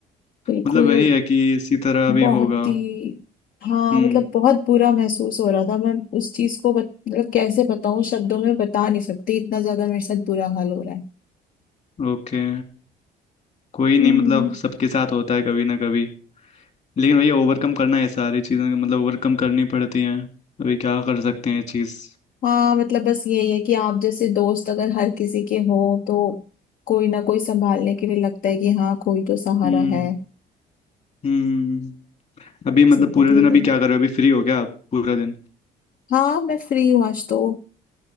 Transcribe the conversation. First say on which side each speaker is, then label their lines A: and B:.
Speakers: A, on the left; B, on the left.
A: बिल्कुल
B: मतलब वही है कि इसी तरह भी
A: बहुत
B: होगा
A: ही हाँ
B: हम्म
A: मतलब बहुत बुरा महसूस हो रहा था मैं उस चीज को बत, मतलब कैसे बताऊं शब्दों में बता नहीं सकती इतना ज्यादा मेरे साथ बुरा हाल हो रहा है
B: ओके कोई नहीं
A: हम्म
B: मतलब सबके साथ होता है कभी ना कभी लेकिन भैया ओवरकम करना है सारी चीज़ें मतलब ओवरकम करनी पड़ती हैं अभी क्या कर सकते हैं चीज़
A: हाँ मतलब बस यही है कि आप जैसे दोस्त अगर हर किसी के हो तो कोई ना कोई संभालने के लिए लगता है कि हाँ कोई तो सहारा
B: हम्म
A: है
B: हम्म अभी मतलब
A: जिंदगी
B: पूरे दिन अभी
A: में
B: क्या कर रहे हो अभी फ्री हो क्या आप पूरा दिन
A: हाँ मैं फ्री हूँ आज तो